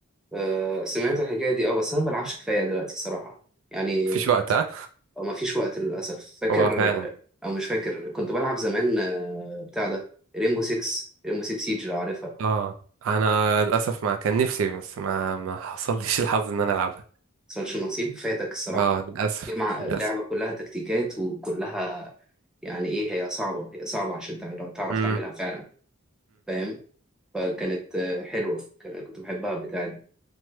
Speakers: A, in the centre; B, on the right.
A: آه، سمعت الحكايه دي اه بس انا ما بلعبش كفايه دلوقتي الصراحه يعني
B: مفيش وقت ها
A: او ما فيش وقت للاسف فاكر
B: هو فعلا
A: او مش فاكر كنت بلعب زمان آه، بتاع ده ريمبو 6 ريمبو 6 سيج لو عارفها
B: اه انا للاسف ما كان نفسي بس ما ما حصلليش الحظ ان انا العبها
A: مصلش نصيب فاتك الصراحه
B: اه للاسف
A: جمع
B: للاسف
A: اللعبه كلها تكتيكات وكلها يعني ايه هي صعبه هي صعبه عشان تع- تعرف
B: امم
A: تعملها فعلا فاهم فكانت آه، حلوه كان- كنت بحبها البتاعه دي